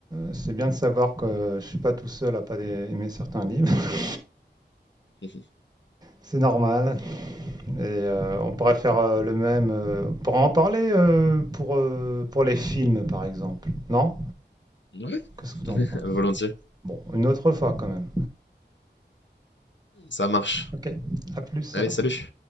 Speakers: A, on the right (about 20°); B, on the left (about 80°).
A: c'est bien de savoir que je suis pas tout seul à pas aimer certains livres. <laughs>
B: <laughs>
A: C'est normal. Et euh, on pourrait faire euh, le même. euh, on pourrait en parler euh, pour, euh, pour les films, par exemple. Non?
B: Ouais,
A: Qu'est-ce que tu en penses?
B: volontiers.
A: Bon, une autre fois quand même.
B: Ça marche.
A: Ok, à plus
B: Allez,
A: alors.
B: salut.